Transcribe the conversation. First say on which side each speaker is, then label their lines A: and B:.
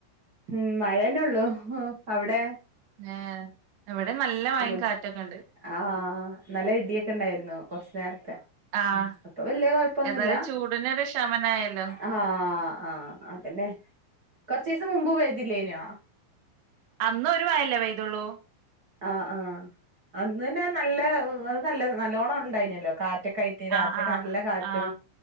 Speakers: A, on the right; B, on the right.
A: ഉം മഴന്നെ ഉള്ളു അവിടെ
B: ആഹ് ഇവിടെ നല്ല മഴേ
A: ഇവിടെ
B: കാറ്റൊക്കെ ഉണ്ട്
A: ആഹ് നല്ല ഇടിയൊ ക്കെണ്ടായിരുന്നു കൊറച്ച് നേർത്തെ
B: ആഹ്
A: അപ്പൊ വലിയ കൊഴപ്പൊന്നുല്ല
B: ഏതായാലും ചൂടിനൊരു ശമനായല്ലോ
A: ആ ആ അതെന്നെ കൊർച്ചീസം മുമ്പ് പെയ്തില്ല്യേനോ
B: അന്ന് ഒരു മഴല്ലെ പെയ്തോള്ളൂ
A: ആഹ് ആഹ് അന്ന് തന്നെ നല്ല അത് നല്ല നല്ലോണ്ണം ഉണ്ടായിന്യെല്ലോ കാറ്റൊ ക്കയിറ്റ് രാത്രി
B: ആഹ്
A: ഒക്കെ
B: ആഹ്
A: നല്ല കാറ്റും
B: ആഹ്